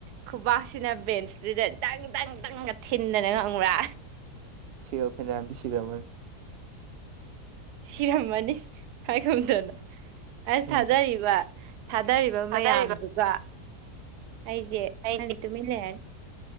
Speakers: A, on the right (about 85°); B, on the right (about 70°).
A: ꯈꯨꯕꯥꯛꯁꯤꯅ ꯕꯦꯟꯁꯇꯨꯗ ꯗꯪ ꯗꯪ ꯗꯪꯒ ꯊꯤꯟꯗꯅ ꯈꯪꯕ꯭ꯔ
B: ꯁꯦꯜ ꯐꯅꯤꯌꯥꯝꯗꯤ ꯁꯤꯔꯝꯃꯅꯤ
A: ꯁꯤꯔꯝꯃꯅꯤ ꯍꯥꯏꯒꯨꯝꯗꯅ ꯑꯁ
B: ꯎꯝ
A: ꯊꯥꯗꯔꯤꯕ ꯊꯥꯗꯔꯤꯕ
B: ꯊꯥꯗꯔꯤꯕ
A: ꯃꯌꯥꯝꯗꯨꯒ ꯑꯩꯖꯦ
B: ꯑꯩꯁꯦ
A: ꯈꯪꯗꯦ ꯇꯨꯃꯤꯟ ꯂꯩꯔꯅꯤ